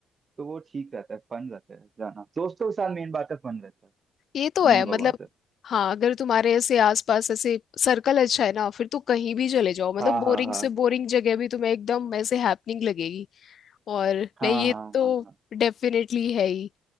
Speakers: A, on the right; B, on the left.
A: तो वो ठीक रहता है फन रहता है जाना दोस्तों के साथ मेन बात है फन रहता है
B: ये तो
A: मेन
B: है मतलब
A: वो बात है
B: हाँ अगर तुम्हारे ऐसे आसपास ऐसे सर्कल अच्छा है ना फिर तो कहीं भी चले जाओ मतलब
A: हाँ
B: बोरिंग
A: हाँ हाँ
B: से बोरिंग जगह भी तुम्हें एकदम ऐसे हैपनिंग लगेगी और
A: हाँ
B: नहीं ये
A: हाँ
B: तो
A: हाँ हाँ
B: डेफिनेटली है ही